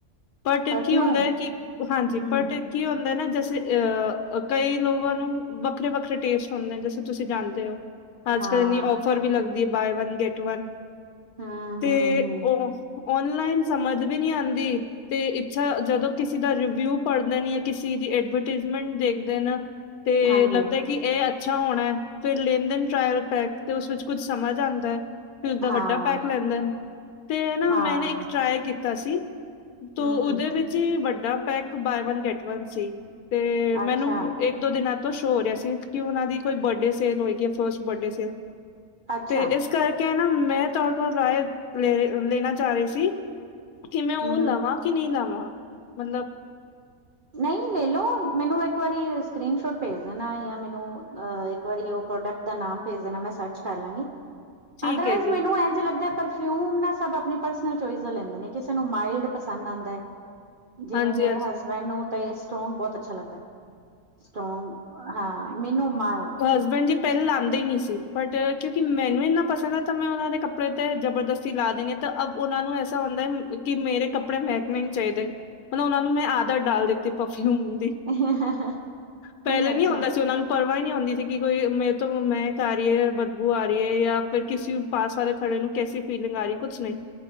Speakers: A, on the left; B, on the right.
A: ਬਟ
B: ਪਰਫਿਊਮ
A: ਕੀ ਹੁੰਦਾ ਹੈ ਕਿ ਹਾਂਜੀ,
B: ਹੂੰ
A: ਬਟ ਕੀ ਹੁੰਦਾ ਨਾ ਜ ਅ ਕਈ ਲੋਕਾਂ ਨੂੰ ਵੱਖਰੇ- ਵੱਖਰੇ ਟੇਸਟ ਹੁੰਦੇ ਨੇ ਜੈਸੇ ਤੁਸੀਂ ਜਾਣਦੇ ਹੋ। ਅੱਜ
B: ਹਾਂ
A: -ਕੱਲ ਇੰਨੀ ਔਫਰ ਵੀ ਲੱਗਦੀ ਏ ਬਾਏ ਵਨ ਗੈਟ ਵਨ,
B: ਹੂੰ,
A: ਤੇ
B: ਹੂੰ, ਹੂੰ
A: ਔਹ ਔਨਲਾਈਨ ਸਮਝ ਵੀ ਨੀ ਆੰਦੀ ਤੇ ਇੱਛਾ ਜਦੋਂ ਕਿਸੇ ਦਾ ਰਿਵਿਊ ਪੜ੍ਹ ਲੈੰਨੀ ਆ ਕਿਸੇ ਦੀ ਏਡਵਰ ਟੇਝਮੈਨ ਦੇਖਦੇ ਆ ਨਾ, ਤੇ
B: ਹਾਂਜੀ
A: ਲੱਗਦਾ ਕਿ ਏਹ ਅੱਛਾ ਹੋਣਾ, ਫੇਰ ਲੇਣ -ਦੇਣ ਟਰਾਇਲ ਪੈਕ ਤੇ ਉਸ ਵਿੱਚ ਕੁੱਝ ਸਮਝ ਆਂਦਾ ਕਿ ਇਸਦਾ
B: ਹਾਂ,
A: ਵੱਡਾ ਪੈਕ ਲੈਂਦੇ ਨ ਤੇ ਨਾ
B: ਹਾਂ
A: ਮੈ ਨਾ ਇੱਕ ਟਰਾਏ ਕੀਤਾ ਸੀ- ਤੇ
B: ਹੂੰ, ਹੂੰ
A: ਔਦੇ ਵਿੱਚ ਈ ਵੱਡਾ pack buy one get one ਸੀ ਤੇ
B: ਅੱਛਾ,
A: ਮੈਨੂੰ ਇੱਕ- ਦੋ ਦਿਨਾਂ ਤੋਂ ਸ਼ੋਅ ਹੋ ਰਿਹਾ ਸੀ ਕਿ ਔਨਾ ਦੀ ਕੋਈ ਬਡੇ ਸੇਲ ਹੋਏਗੀ ਯਾਂ ਫਸਟ ਬਡੇ ਸੇਲ-
B: ਅੱਛਾ
A: ਤੇ ਇਸ ਕਰਕੇ ਨਾ ਮੈਂ ਤੋਡੇ ਕੋਲ ਰਾਏ ਲੇ ਲਲਣਾ ਚਾ ਰੀ ਸੀ- ਕਿ ਮੈ
B: ਹੂੰ,
A: ਔ ਲਵਾਂ
B: ਹੂੰ
A: ਕਿ ਨੀ ਲਵਾਂ, ਮਤਲਬ?
B: ਨਈ ਲੈ ਲੋ। ਮੈਨੂੰ ਇੱਕ ਵਾਰੀ ਸਕ੍ਰੀਨਸ਼ੋਟ ਭੇਜ ਦੇਣਾ ਯਾ ਮੈਨੂੰ ਔ ਅ ਇਕ ਵਾਰੀ ਔ ਪ੍ਰੋਡਕਟ ਦਾ ਨਾਮ ਭੇਜ ਦੇਣਾ, ਮੈਂ ਸਰਚ ਕਰ ਲਾਂਗੀ।
A: ਠੀਕ
B: ਅਦਰਵਾਈਜ਼
A: ਹੈ ਜੀ
B: ਮੈਨੂੰ ਐਂਝ ਲੱਗਦਾ, ਪਰ। ਔਨਾ ਸਬ ਅਪਨੀ ਪਰਸਨਲ ਚੋਆਇਸ ਦਾ ਲੈਂਡ ਦੇ ਨੇ, ਕਿਸੇ ਨੂੰ ਮਾਇਲਡ ਪਸੰਦ ਆਦਾਂ। ਜਿਵੇਂ
A: ਹਾਂਜੀ
B: ਮੇਰੇ
A: ਹਾਂਜੀ
B: ਹਸਬੈਂਡ ਨੂੰ ਤਾਂ ਏ ਸਟ੍ਰੌਂਗ ਬੋਤ ਅੱਛਾ ਲੱਗਦੈ। ਸਟ੍ਰੌਂਗ ਹਾਂ, ਮੈਨੂੰ ਮਾਂਓ।
A: ਤੇ ਹਸਬੈਂਡ ਜੀ ਪੇਲ ਲਾਂਦੇ ਈ ਨੀ ਸੀ ਬਟ ਕਿਉਂਕਿ ਮੈਨੂੰ ਇੰਨਾ ਪਸੰਦ ਐ ਤੇ ਮੈਂ ਓਨਾਂ ਦੇ ਕਪ ੜੇ ਤੇ ਜਬਰਦਸਤੀ ਲਾ ਦੇਨੀ ਆਂ ਤੇ ਅਬ ਓਨਾਂ ਨੂੰ ਐਸਾ ਹੁੰਦੈ ਕਿ ਮੇਰੇ ਕੱਪੜੇ ਮਹੈਕਨੇ ਨੀ ਚਾਈਦੇ। ਪਰ ਓਨਾਂ ਨੂੰ ਮੈਂ ਆਦਤ ਡਾਲ ਦਿੱਤੀ ਪਰਫਿਊਮ ਦੀ।
B: <unintelligible>
A: ਪੈਲੇ
B: ਨਹੀਂ ਅੱਛਾ
A: ਨੀ ਹੋਂਦਾ ਸੀ ਓਨਾਂ ਨੂੰ। ਪਰਵਾਅ ਈ ਨੀ ਹੁੰਦੀ ਸੀ ਕਿ ਬਈ ਮੇਰੇ ਤੋਂ ਮੈਂ ਤਾਰੀ ਏ ਯਾਂ ਬਦਬੂ ਆ ਰੀ ਏ ਯਾ ਫਿਰ ਕਿਸੀ ਪਾ ਆਲੇ ਥੋੜੇ ਨੂੰ ਕੈਸੀ ਫੀਲਿੰਗ ਆ ਰੀ ਏ, ਕੁਛ ਨਈ।